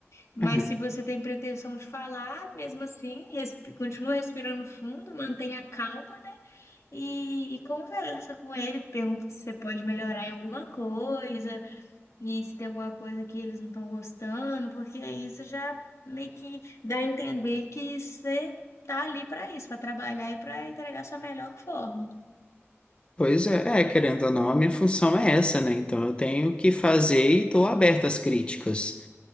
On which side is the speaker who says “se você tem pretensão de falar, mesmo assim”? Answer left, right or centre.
Left